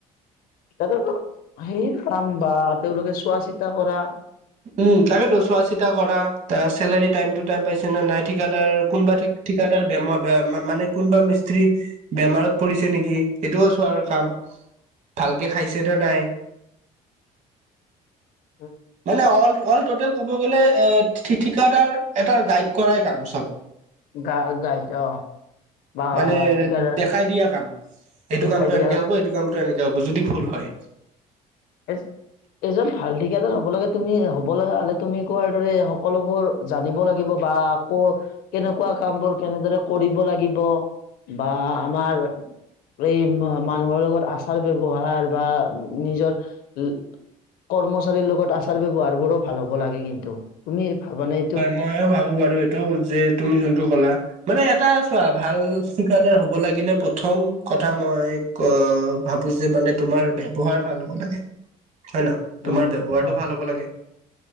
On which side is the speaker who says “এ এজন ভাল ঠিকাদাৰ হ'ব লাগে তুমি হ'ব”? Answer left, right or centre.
Left